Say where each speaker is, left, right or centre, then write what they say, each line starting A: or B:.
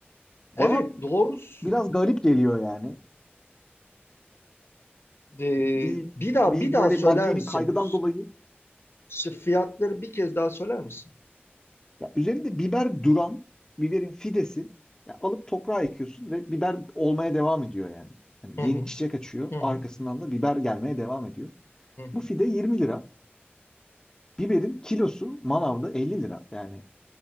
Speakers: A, on the left; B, on the left.
A: bana
B: evet doğrusu
A: biraz garip geliyor yani.
B: Ee,
A: Bir,
B: bir daha
A: bir
B: bir daha
A: böyle
B: söyler
A: maddi
B: misin?
A: bir kaygıdan dolayı
B: Şu fiyatları bir kez daha söyler misin?
A: Ya üzerinde biber duran biberin fidesi ya alıp toprağa ekiyorsun ve biber olmaya devam ediyor yani. Hani
B: Hı
A: yeni
B: hı,
A: çiçek açıyor,
B: hı
A: arkasından
B: hı,
A: da biber gelmeye devam ediyor.
B: hı hı.
A: Bu fide 20 lira. Biberin kilosu manavda 50 lira. Yani